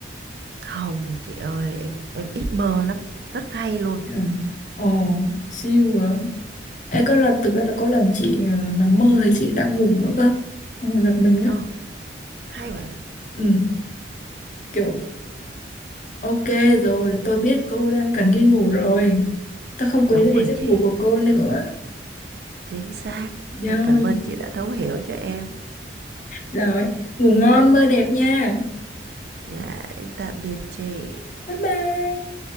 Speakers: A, on the right; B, on the left.
A: Không chị ơi, em em ít mơ lắm, rất hay luôn.
B: Ừ. Ồ, siêu rồi. Ê, có lần thực ra là có lần chị ờ, nằm mơ thấy chị đang ngủ nữa cơ. Xong rồi giật mình
A: Ờ,
B: á.
A: hay vậy.
B: Ừ, kiểu ok rồi, tôi biết cô đang cần đi ngủ rồi. Tôi không quấy
A: Đúng
B: rầy
A: rồi
B: giấc
A: chị,
B: ngủ của cô nữa.
A: chính xác.
B: Rồi.
A: Em cảm ơn chị đã thấu hiểu cho em.
B: Rồi, ngủ ngon mơ đẹp nha.
A: Dạ em tạm biệt chị
B: Bye bye.